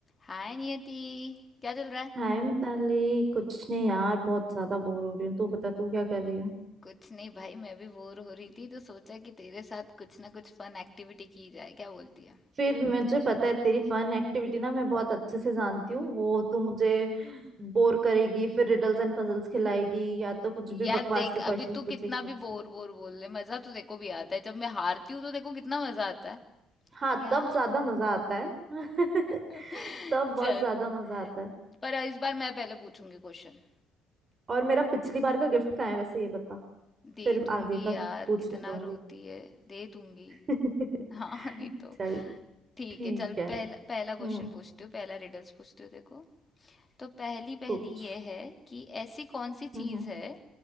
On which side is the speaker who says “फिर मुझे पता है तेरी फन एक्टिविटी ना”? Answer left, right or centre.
Right